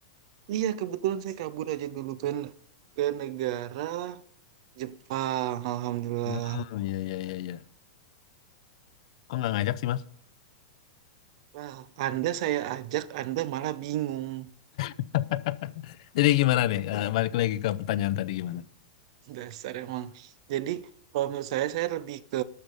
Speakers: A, on the right; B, on the left.
A: Iya, kebetulan saya kabur aja dulu kan ke negara Jepang, alhamdulillah.
B: Hmm, iya, iya, iya, iya. Kok nggak ngajak sih, Mas?
A: Wah, Anda saya ajak, Anda malah bingung.
B: <laughs> Jadi gimana nih? Eh, balik lagi ke pertanyaan tadi gimana?
A: Dasar emang. Jadi kalau menurut saya, saya lebih ke